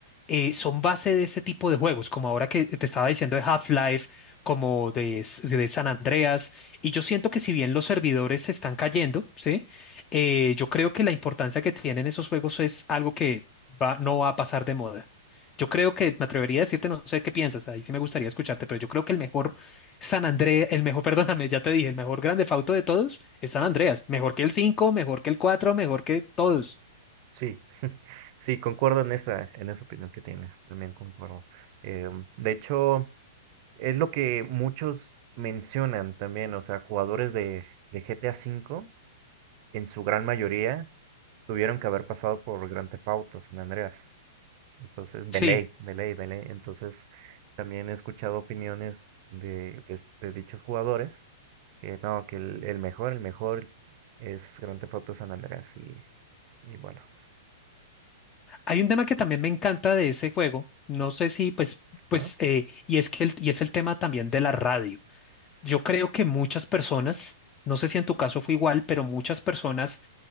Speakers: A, on the left; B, on the right.
A: eh, son base de ese tipo de juegos, como ahora que te estaba diciendo de Half-Life, como de, de San Andreas y yo siento que si bien los servidores se están cayendo, ¿sí? Eh, yo creo que la importancia que tienen esos juegos es algo que va, no va a pasar de moda. Yo creo que me atrevería a decirte, no sé qué piensas, ahí sí me gustaría escucharte, pero yo creo que el mejor San Andrés, el mejor, <laughs> perdóname, ya te dije, el mejor grande Theft de todos es San Andreas. Mejor que el cinco mejor que el cuatro mejor que todos.
B: Sí, <laughs> sí, concuerdo en esa, en esa opinión que tienes, también concuerdo. Em, de hecho, es lo que muchos mencionan también, o sea, jugadores de, de GTA V, en su gran mayoría, tuvieron que haber pasado por Grand Theft Auto, San Andreas. Entonces, de
A: Sí,
B: ley, de ley, de ley. Entonces, también he escuchado opiniones de, de- de dichos jugadores, que no, que el, el mejor, el mejor es Grand Theft Auto San Andreas, y, y bueno.
A: hay un tema que también me encanta de ese juego, no sé si, pues, pues,
B: ¿ah?
A: eh, y es que el- y es el tema también de la radio. Yo creo que muchas personas, no sé si en tu caso fue igual, pero muchas personas